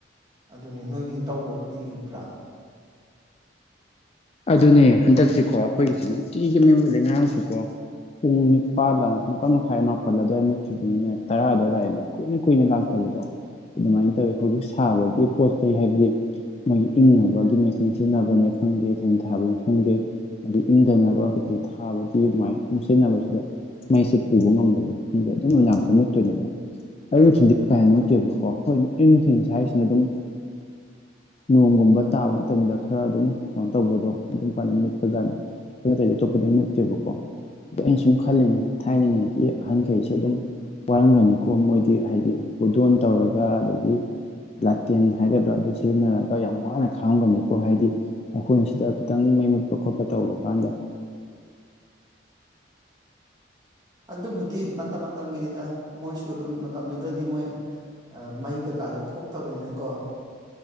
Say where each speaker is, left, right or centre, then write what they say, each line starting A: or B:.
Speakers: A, on the right; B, on the left.
A: ꯑꯗꯨꯅꯤ ꯅꯣꯏꯒꯤꯗꯤ ꯇꯧꯕ꯭ꯔꯥ ꯅꯨꯡꯛꯇꯤꯒꯤ ꯃꯨꯠꯄ꯭ꯔꯥ
B: ꯑꯗꯨꯅꯦ ꯍꯟꯗꯛꯁꯤꯀꯣ ꯑꯩꯈꯣꯏꯒꯤꯁꯨ ꯅꯨꯡꯇꯤꯒꯤ ꯃꯩꯃꯨꯠꯂꯦ ꯉꯔꯥꯡꯁꯨꯀꯣ ꯄꯨꯡ ꯅꯤꯄꯥꯜꯂ ꯅꯤꯄꯥꯟ ꯃꯈꯥꯏ ꯃꯥꯞ ꯄꯜꯂ ꯑꯗꯨꯋꯥꯏ ꯃꯨꯠꯈꯤꯕꯗꯨꯅꯦ ꯇꯔꯥꯗ ꯂꯥꯛꯑꯦ ꯀꯨꯏꯅ ꯀꯨꯏꯅ ꯂꯥꯛꯇꯕꯗꯣ ꯑꯗꯨꯃꯥꯏꯅ ꯇꯧꯋꯤ ꯍꯧꯖꯤꯛ ꯁꯥꯕꯒꯤ ꯄꯣꯠ ꯆꯩ ꯍꯥꯏꯕꯗꯤ ꯃꯣꯏ ꯏꯪꯅꯕꯒꯤ ꯃꯦꯆꯤꯟ ꯁꯤꯖꯤꯟꯅꯕꯅꯦ ꯈꯪꯗꯦ ꯑꯦꯟ ꯊꯥꯕꯅꯤ ꯈꯪꯗꯦ ꯑꯗꯩ ꯏꯪꯗꯅꯕ ꯀꯩꯀꯩ ꯊꯥꯕꯒꯤ ꯑꯗꯨꯃꯥꯏꯅ ꯁꯨꯝ ꯁꯤꯖꯤꯟꯅꯕꯁꯤꯗ ꯃꯩꯁꯦ ꯄꯨꯕ ꯉꯝꯗꯕ ꯈꯪꯗꯣꯏ ꯑꯗꯨꯝ ꯅꯨꯅꯨꯡꯗꯥꯡꯁꯦ ꯃꯨꯠꯇꯣꯏꯅꯦꯕ ꯑꯌꯨ ꯅꯨꯡꯊꯤꯟꯗꯤ ꯀꯌꯥ ꯏꯪꯉꯛ ꯇꯦꯕꯀꯣ ꯍꯣꯏ ꯑꯌꯨ ꯅꯨꯡꯊꯤꯟ ꯁꯦ ꯍꯥꯏꯁꯤꯅ ꯑꯗꯨꯝ ꯅꯣꯡꯒꯨꯝꯕ ꯇꯥꯕ ꯃꯇꯝꯗ ꯈꯔ ꯑꯗꯨꯝ ꯇꯧꯕꯗꯣ ꯑꯗꯨꯝ ꯀꯥꯟꯅ ꯃꯨꯠꯄꯖꯥꯠꯅꯤ ꯑꯗꯨ ꯑꯇꯩꯗꯤ ꯑꯇꯣꯞꯄꯗꯤ ꯃꯨꯠꯇꯦꯕꯀꯣ ꯑꯗ ꯑꯩꯅ ꯁꯨꯝ ꯈꯜꯂꯤꯅꯤ ꯊꯥꯏꯅꯉꯩꯒꯤ ꯑꯍꯟꯈꯩꯁꯦ ꯑꯗꯨꯝ ꯋꯥꯔꯝꯒꯅꯤꯀꯣ ꯃꯣꯏꯗꯤ ꯍꯥꯏꯗꯤ ꯄꯨꯗꯣꯟ ꯇꯧꯔꯒ ꯑꯗꯒꯤ ꯒꯤ ꯂꯥꯇꯦꯟ ꯍꯥꯏꯒꯗ꯭ꯔꯥ ꯑꯗꯨ ꯁꯤꯖꯤꯟꯅꯔꯒ ꯌꯥꯝ ꯋꯥꯅ ꯈꯥꯝꯒꯅꯤꯀꯣ ꯍꯥꯏꯗꯤ ꯑꯈꯣꯏꯅ ꯁꯤꯗ ꯈꯤꯇꯪ ꯃꯩ ꯃꯨꯠꯄ ꯈꯣꯠꯄ ꯇꯧꯕ ꯀꯥꯟꯗ
A: ꯑꯗꯨꯕꯨꯗꯤ ꯃꯇꯝ ꯃꯇꯝꯒꯤꯅꯤꯗ ꯃꯣꯏꯁꯨ ꯑꯗꯨꯝ ꯃꯇꯝꯗꯨꯗꯗꯤ ꯃꯣꯏ ꯃꯩ ꯀ ꯀꯥꯥꯁꯦ ꯊꯣꯛꯇꯕꯅꯤꯅꯀꯣ